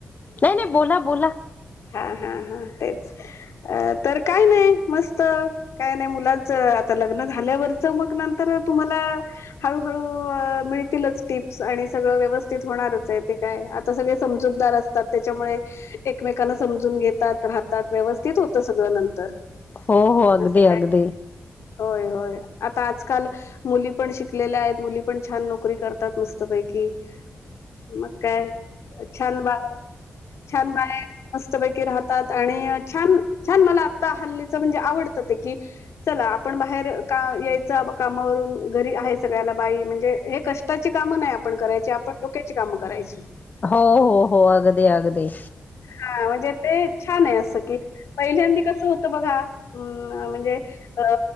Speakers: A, on the left; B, on the left.
A: नाही नाही बोला बोला
B: हा हा हा तेच तर काय नाही मस्त काय नाही मुलांच आता लग्न झाल्यावरच मग नंतर तुम्हाला हळू हळू मिळतीलच टिप्स आणि सगळ व्यवस्थित होणारच आहे ते काय आता सगळे समजूतदार असतात त्याच्यामुळे एकमेक समून घेतात रा व ते होत सगळं नंतर
A: हो हो अगदी
B: असं
A: अगदी
B: काय होय होय आता आजकाल मुली पण शिकलेल्या आहेत मुली पण छान नोकरी करतात मस्तपैकी मग काय छान बाहेर छान बाहेर मस्तपैकी राहतात आणि छान छान मला आता हल्लीच म्हणजे आवडतं ते की चला आपण बाहेर का यायच कामावरून घरी आहे सगळ्याला बाई म्हणजे हे कष्टाची काम नाही आपण करायची आपण डोक्याची कामं करायची
A: हो हो हो अगदी अगदी
B: हा म्हणजे ते छान आहे असं की पहिल्यांदी कसं होत बघा अ म्हणजे अ